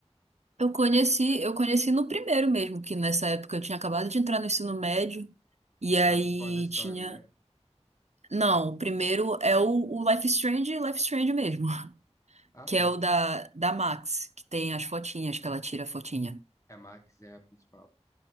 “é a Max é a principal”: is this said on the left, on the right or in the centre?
Left